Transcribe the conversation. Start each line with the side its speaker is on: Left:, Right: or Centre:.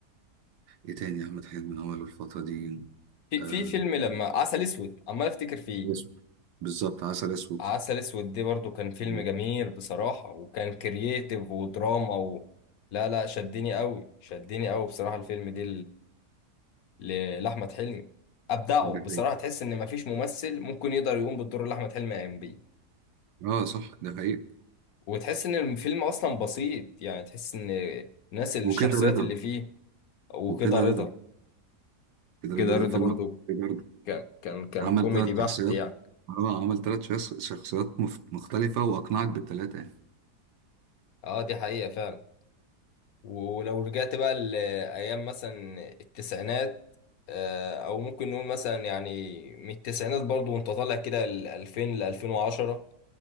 Right: إيه تاني أحمد حلمي عمله الفترة دي
Left: في
Right: آه،
Left: في فيلم لما عسل اسود عمال افتكر فيه
Right: أسود بالظبط عسل أسود
Left: عسل اسود دي برضو كان فيلم
Right: ده
Left: جميل بصراحه وكان كرييتيف ودراما و... لا لا شدني قوي شدني قوي بصراحه الفيلم دي ل- لأحمد حلمي أبدعوا
Right: حقيقة
Left: بصراحة تحس إن مفيش ممثل ممكن يقدر يقوم بالدور اللي أحمد حلمي قام بيه
Right: اه صح ده حقيقة
Left: وتحس إن الفيلم أصلا بسيط يعني تحس إن الناس اللي-
Right: وكده
Left: الشخصيات
Right: رضا
Left: اللي فيه وكده
Right: وكده
Left: رضا
Right: رضا كده
Left: كده
Right: رضا
Left: رضا
Right: ده فيلم
Left: برضو
Right: عبقري برضه
Left: كان كان كان
Right: عمل
Left: كوميدي
Right: ثلاث
Left: بحت
Right: شخصيات
Left: يعني
Right: اه عمل ثلاث شخص... شخصيات مف- مختلفة وأقنعك بالثلاثة يعني
Left: اه دي حقيقة فعلا ولو رجعت بقى لأيام مثلا التسعينات آه، أو ممكن نقول مثلا يعني من التسعينات برضو وأنت طالع كده ل 2000 ل 2010